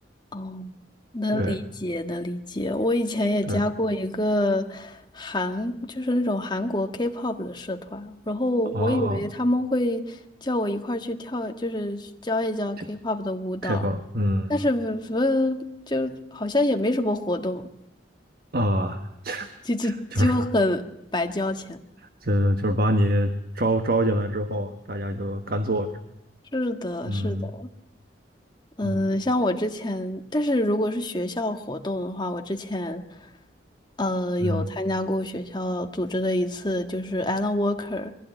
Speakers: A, on the left (about 25°); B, on the right (about 50°).
A: 哦，能理解，
B: 对。
A: 能理解。我以前也加过一个韩，
B: 嗯，
A: 就是那种韩国 K-pop 的社团，然后我以为他们会叫我一块儿去跳，
B: 哦，
A: 就是教一教
B: 这
A: K-pop 的舞蹈，
B: 开放，嗯
A: 但是不就好像也没什么活动，
B: 啊，
A: 就就就很白交钱。
B: 就是就就是把你招招进来之后，大家就干坐着，
A: 是的，
B: 嗯
A: 是的，嗯，
B: 嗯
A: 像我之前，但是如果是学校活动的话，我之前，呃，
B: 嗯，
A: 有参加过学校组织的一次，就是 Alan Walker